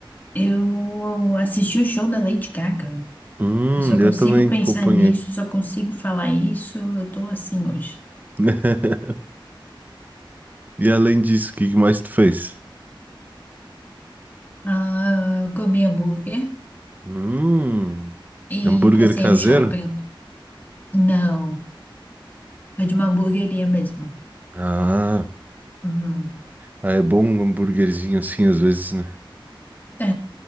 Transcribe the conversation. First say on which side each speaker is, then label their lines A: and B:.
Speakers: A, on the left (about 20°); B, on the right (about 20°).
A: eu assisti o show da Lady Gaga.
B: Hum,
A: Eu só consigo
B: eu também
A: pensar
B: acompanhei.
A: nisso, só consigo falar isso. Eu tô assim hoje.
B: <laughs> E além disso, o que que mais tu fez?
A: Ah, comi hambúrguer
B: Hum,
A: e
B: hambúrguer
A: passei
B: caseiro?
A: no shopping. Não, foi de uma hamburgueria mesmo.
B: Ah,
A: Uhum.
B: ah, é bom um hambúrguerzinho assim às vezes, né?
A: É,